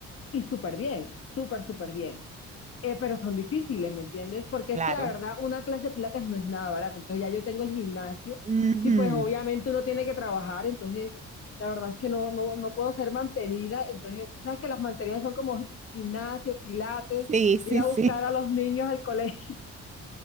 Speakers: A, on the left; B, on the right.
A: y súper bien, súper, súper bien eh, pero son difíciles, ¿me entiendes? Porque
B: claro.
A: es que la verdad, una clase de pilates no es nada barata. Entonces ya yo tengo el gimnasio
B: Ujú.
A: y pues obviamente uno tiene que trabajar, entonces la verdad es que no, no, no puedo ser mantenida. Entonces, sabes que las mantenidas son como gimnasio, pilates,
B: Sí, sí,
A: ir a
B: sí.
A: buscar a los niños al colegio.